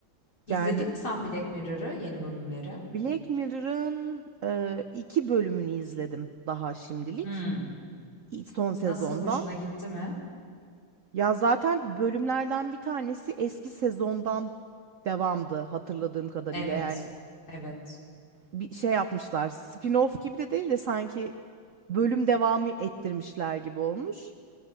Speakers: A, on the left; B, on the right.
A: İzledin
B: Yani
A: mi sen Black Mirror'ı yeni bölümleri?
B: Black Mirror'ın e, iki bölümünü izledim daha şimdilik.
A: Hmm.
B: İ- Son sezondan.
A: Nasıl hoşuna gitti mi?
B: Ya zaten bölümlerden bir tanesi eski sezondan devamdı hatırladığım kadarıyla.
A: Evet.
B: Yani
A: Evet.
B: bir şey yapmışlar. Spin-off gibi de değil de sanki bölüm devamı ettirmişler gibi olmuş.